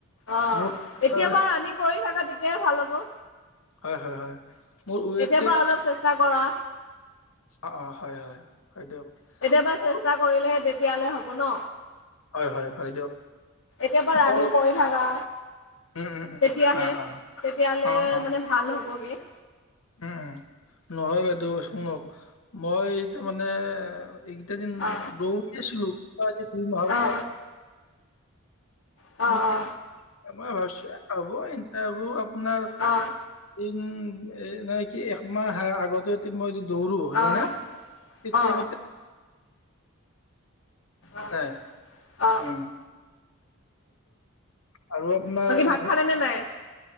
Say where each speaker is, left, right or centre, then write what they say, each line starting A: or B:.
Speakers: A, on the left; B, on the left.
A: অ এতিয়
B: মোৰ
A: পৰাা ৰাণং কৰি থাকা তেতিয়াই ভাল হ'ব।
B: হয় হয় হয় মোৰ উ
A: এতিয়াৰ পৰা
B: ম
A: অলপ চেষ্টা কৰা
B: অ অ হয় হয়। হয় দিয়ক
A: কেতিয়াবা
B: মোৰ
A: চেষ্টা কৰিলেহে তে সয়ালৈ হ'ব ন,
B: হয় হয় হয় দিয়ক
A: এতিয় পৰাা
B: মোৰ
A: ৰাণং কৰি থাকা
B: উম উম উম
A: তেতিয়াহে
B: অ অ
A: তেতিয়লে
B: অ অ
A: মানে ভাল হ'বগে
B: উম নহয় বাইদেউ শুনক মই তাৰ মানে, এইকেইটা যেন
A: অ
B: ৰৌছিলো দুই মাহৰ
A: অ
B: পৰা
A: অ
B: মানে কি
A: অ!
B: <unintelligible> আপোনাৰ
A: অ অ অ
B: এই উম এ নাই কি একমাহ আগতে মই দৌৰো হয়
A: অ
B: জান তেতিয়া
A: অ
B: ম
A: অ
B: ত
A: অ অ
B: উম, ! হয় আপোনাৰ
A: বাকী ভাত
B: সেই
A: খালে নে নাই,